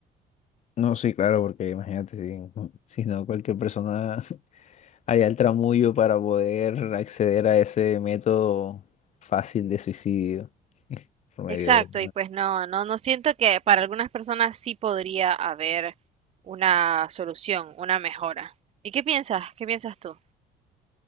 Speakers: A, on the left; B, on the right.
A: No, sí, claro, porque imagínate si, <laughs> Si no, cualquier persona <laughs> haría el tramullo para poder acceder a ese método fácil de suicidio <laughs> por medio
B: Exacto,
A: de...
B: y pues no, no, no siento que para algunas personas sí podría haber una solución, una mejora. ¿Y qué piensas? ¿Qué piensas tú?